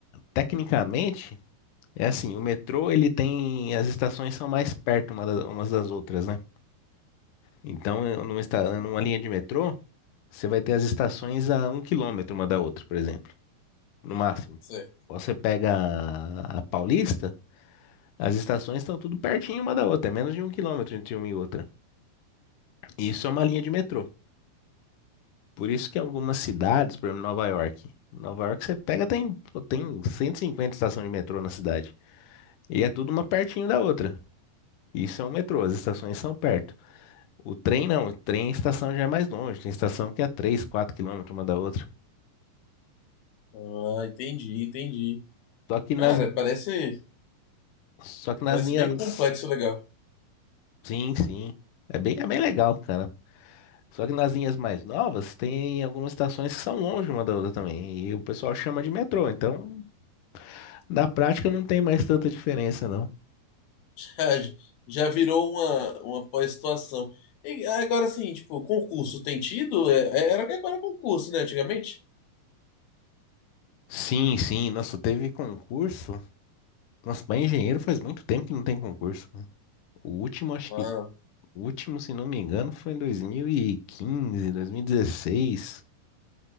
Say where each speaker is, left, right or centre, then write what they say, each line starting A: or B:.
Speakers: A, on the left; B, on the left.
A: tecnicamente é assim, o metrô ele tem as estações são mais perto uma da- umas das outras, né? Então, eh, numa, esta- numa linha de metrô, você vai ter as estações a um quilômetro uma da outra, por exemplo, no máximo.
B: Certo.
A: Você pega a, a Paulista, as estações estão tudo pertinho uma da outra, é menos de um quilômetro entre uma e outra. E isso é uma linha de metrô. Por isso que algumas cidades, por exemplo, Nova York. Nova York você pega, tem, pô, tem 150 estações de metrô na cidade. E é tudo uma pertinho da outra. Isso é um metrô, as estações são perto. O trem não, o trem a estação já é mais longe, tem estação que é 3, 4 quilômetros uma da outra.
B: Ah, entendi, entendi.
A: Só que nas,
B: Cara, parece,
A: só que nas
B: parece
A: linhas.
B: bem complexo, e legal.
A: Sim, sim. É bem, é bem legal, cara. Só que nas linhas mais novas, tem algumas estações que são longe uma da outra também. E o pessoal chama de metrô. Então, na prática, não tem mais tanta diferença, não.
B: Já, já virou uma, uma pós-situação. E agora sim, tipo, concurso tem tido? É- é- Era que agora é concurso, né? Antigamente?
A: Sim, sim. Nossa, teve concurso. Nossa, para engenheiro faz muito tempo que não tem concurso. O último, acho
B: Ah,
A: que. O último, se não me engano, foi em dois dois mil mil e quinze dois mil e 2016.